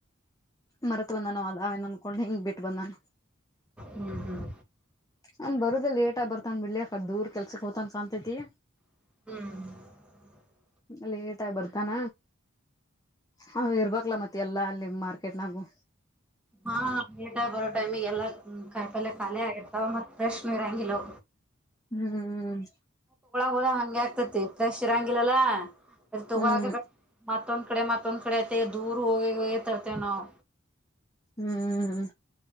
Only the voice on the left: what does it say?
ಮರತ್ ಬಂದನ ಅೇನೊಂದ ಕೊಂಡ್ ಹಿಂಗ ಬಿಟ್ಟ ಬಂದಾನ
ಹ ಬರುದ ಲೇಟ್ ಆಗ ಬರ್ತಾನ ಬಿಳಿ ಅ ದೂರ್ ಕೆಲ್ಸಕ್ ಹೋತಾನನ್ ಕಾಣಂತೈತಿ
ಲೇಟ್ ಆಗಿ ಬರ್ತಾನ ಹ ಇರ್ಬಕ್ಲ ಮತ್ತೆ ಎಲ್ಲಾ ಅಲ್ಲಿ ಮಾರ್ಕೆಟ್ನಾಗು
ಹ್ಮ್
ಹ್ಮ್
ಹ್ಮ್